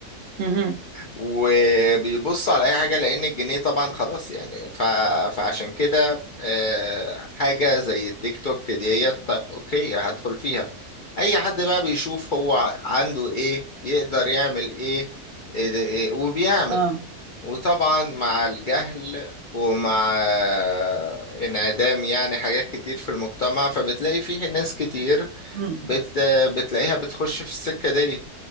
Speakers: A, on the right; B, on the left.
A: مهم.
B: وبيبص على اي حاجه لان الجنيه طبعا خلاص يعني ف... فعشان كده آه، حاجه زي التيك توك ديت طب اوكي هدخل فيها اي حد بقى بيشوف هو ع- عنده ايه يقدر يعمل ايه إيه ده- إيه، وبيعمل
A: اه
B: وطبعا مع الجهل ومع آه، انعدام يعني حاجات كتير في المجتمع فبتلاقي فيه ناس كتير
A: مهم.
B: بت... بتلاقيها بتخش في السكه دي